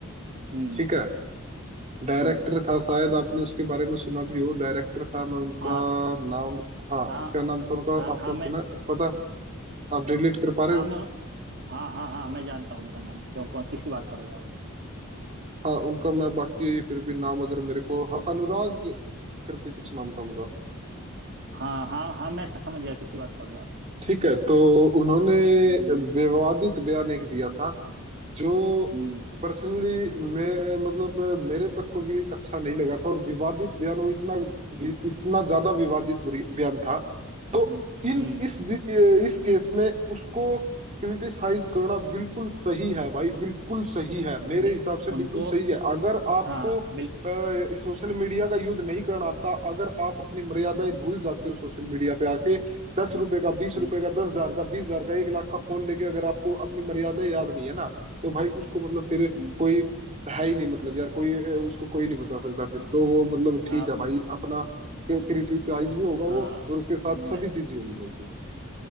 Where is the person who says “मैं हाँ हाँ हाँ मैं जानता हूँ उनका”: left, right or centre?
Right